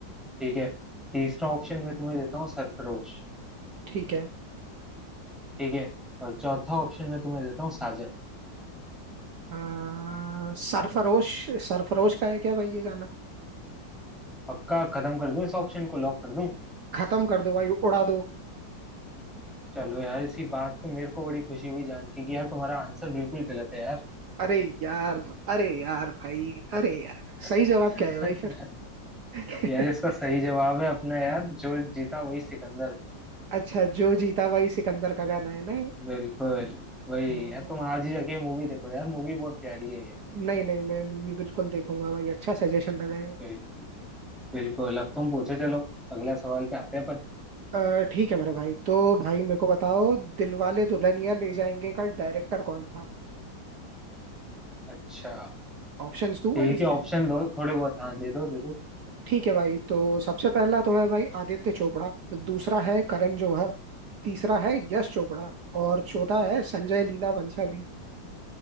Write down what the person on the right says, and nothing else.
ठीक है
आ, सरफरोश सरफरोश का है क्या भाई ये गाना
खत्म कर दो भाई उड़ा दो
अरे यार अरे यार भाई अरे यार सही
जवाब क्या है भाई फिर <laughs>
अच्छा जो जीता भाई सिकंदर का गाना है ना ये?
हम्म,
नहीं नहीं मैं मूवी बिल्कुल देखूंगा भाई अच्छा सजेशन लगाए
अ, ठीक है मेरे भाई तो भाई मेरे को बताओ दिलवाले दुल्हनिया ले जाएंगे का डायरेक्टर कौन था
ऑप्शंस दूं
भाई इसके
ठीक है भाई तो सबसे पहला तो है भाई आदित्य चोपड़ा दूसरा है करण जौहर तीसरा है यश चोपड़ा और चौथा है संजय लीला भंसाली